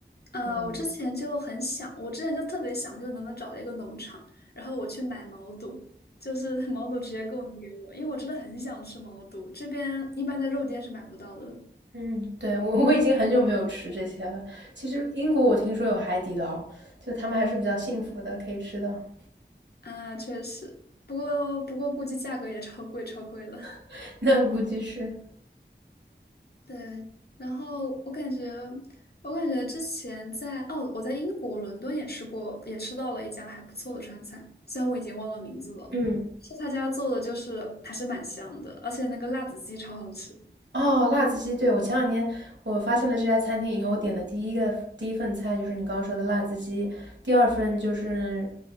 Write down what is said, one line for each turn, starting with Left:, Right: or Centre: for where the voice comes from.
Left: 啊，
Right: 嗯。
Left: 我之前就很想，我之前就特别想，就能不能找到一个农场，然后我去买毛肚，就是毛肚直接供应给我，因为我真的很想吃毛肚，这边一般在肉店是买不到的。
Right: 嗯，对，我我已经很久没有吃这些了。其实英国我听说有海底捞，就他们还是比较幸福的，可以吃的。
Left: 啊，确实，不过不过估计价格也超贵，超贵了。
Right: <laughs> 那估计是，
Left: 对，然后我感觉，我感觉之前在哦，我在英国伦敦也吃过，也吃到了一家还不错的川菜，虽然我已经忘了名字了，
Right: 嗯。
Left: 是他家做的，就是还是蛮香的，而且那个辣子鸡超好吃
Right: 哦，辣子鸡，对，我前两天我发现了这家餐厅以后，我点的第一个第一份菜就是你刚刚说的辣子鸡，第二份就是